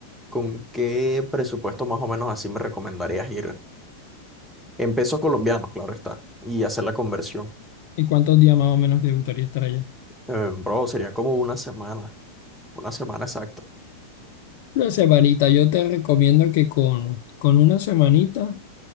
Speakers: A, in the centre; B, on the left (about 50°).
A: ¿Con qué presupuesto más o menos así me recomendarías ir? En pesos colombianos, claro está, y hacer la conversión.
B: ¿Y cuántos días más o menos te gustaría estar allá?
A: Eh, bro, sería como una semana, una semana exacta.
B: Una semanita, yo te recomiendo que con, con una semanita,